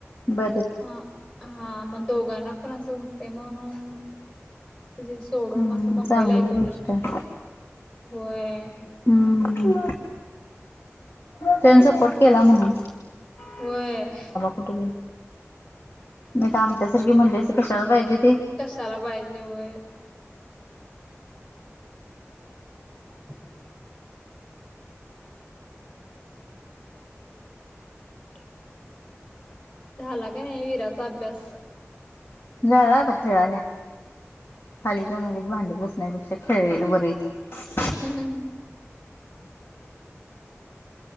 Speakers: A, on the left (about 50°); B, on the left (about 25°).
A: बर
B: हा हा मग दोघांना पण अस होते म्हणून त सोडून
A: हम्म
B: मं मुंबईला
A: चांगली
B: ऐकून
A: गोष्ट
B: आलं
A: आहे.
B: होय.
A: हम्म त्यानी सपोर्ट केला म्हणून
B: व्हयं.
A: कुठेऊ नाही तर आमच्यासारखी म्हणली कशाला पाहिजे ते
B: कशाला पाहिजे व्हयं. ब मलदार क झाला का नाही विराचा अभ्यास
A: झाला आता खेळाल्या. खाली जाऊन उगाच भांडत बसण्यापेक्षा खेळलेल बर इथे.
B: हम हम